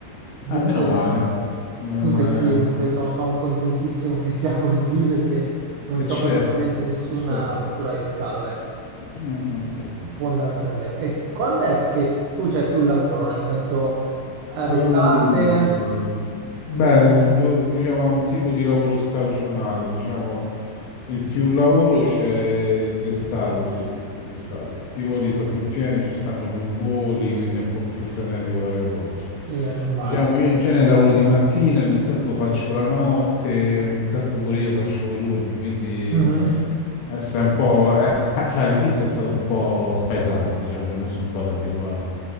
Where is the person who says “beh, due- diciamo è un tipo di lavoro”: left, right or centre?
Left